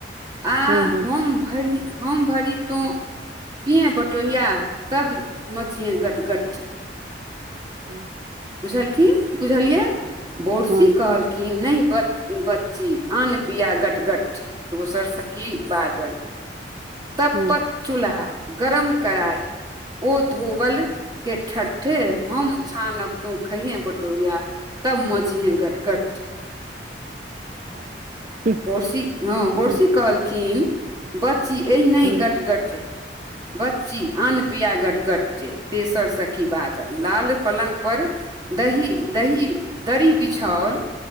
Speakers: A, on the right (about 25°); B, on the right (about 45°).
A: आ
B: हुँ हुँ
A: हम भरि हम भरी तो पिय बटोहिय तब मछी गट गट।
B: हँ
A: बुझलखिन बुझलियै बोरसी
B: हुँ
A: कहलखिन नहि बच्ची अन पिया गटगटे दोसरसँ कि बाजल। तप
B: हुँ
A: पत चूल्हा गरम काही। ओ धोबल के ठठे हम छानब। तो खइहै बटोहीया तब मची हे गट गट
B: वाह
A: बोरसी ह बोड़सी
B: हुँ
A: कहलखिन बच्ची एनहि
B: हुँ
A: कटगटे बच्ची आन पिया गट गटे तेसरसँ कि बाजल लाल पलङ्ग पर दही दही बिछाओल